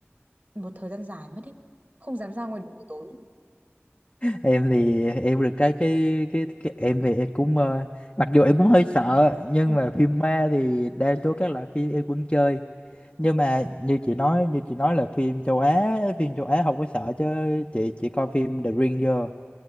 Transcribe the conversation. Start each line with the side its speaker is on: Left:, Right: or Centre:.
Right: một thời gian dài mất ý không dám ra ngoài đường buổi tối
Left: em thì em được cái cái cái, cái em thì em cũng ờ, mặc dù em cũng hơi sợ nhưng
Right: Ừ.
Left: mà phim ma thì đa số các loại phim em vẫn chơi nhưng mà như chị nói như chị nói là phim châu Á phim châu Á không có sợ chứ chị chỉ coi phim The Ring vô